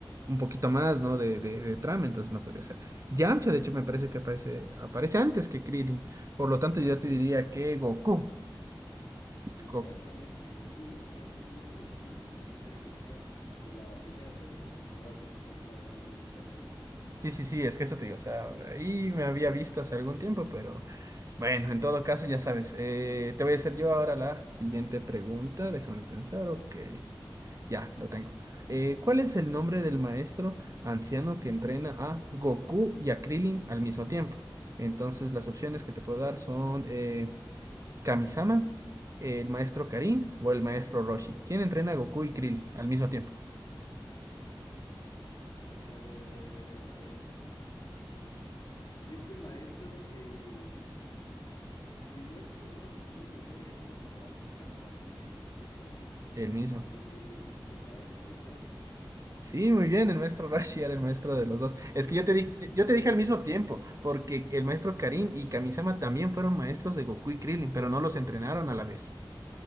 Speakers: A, on the right (about 40°); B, on the left (about 60°).
A: un poquito más, ¿no? De, de, de trama, entonces no podría ser. Yamcha, de hecho, me parece que aparece, aparece antes que Krillin. Por lo tanto, yo te diría que Goku.
B: Exactamente,
A: Go-
B: Goku. Ajá, justamente Goku fue el princip- el personaje principal de la primera serie, pues cuando andaba con su colita de mono, no sé si te acuerdas.
A: sí, sí, sí, es que eso te digo. O sea, ahí me había visto
B: <laughs>
A: hace algún tiempo, pero bueno, en todo caso, ya sabes. Eh, te voy a hacer yo ahora la siguiente pregunta. Déjame pensar.
B: Uno,
A: Ok,
B: uno.
A: ya, lo tengo. Eh, ¿cuál es el nombre del maestro anciano que entrena a Goku y a Krillin al mismo tiempo? Entonces, las opciones que te puedo dar son eh, Kamisama, el maestro Karin o el maestro Roshi. ¿Quién entrena a Goku y Krill al mismo tiempo?
B: A ver, a ver, a ver, a ver, a ver. Este maestro, eh, si no estoy mal y tengo memoria, es uno que andaba con su caparazón siempre, ¿no es cierto?
A: El mismo.
B: Creo que es el, el maestro Roshi.
A: Sí, muy bien, el maestro Roshi era el maestro de los dos. Es
B: Bien,
A: que yo
B: bien
A: te dije,
B: que tenía
A: yo te dije al mismo
B: el-
A: tiempo, porque el maestro Karin y Kamisama también fueron maestros de Goku y Krillin, pero no los entrenaron a la vez.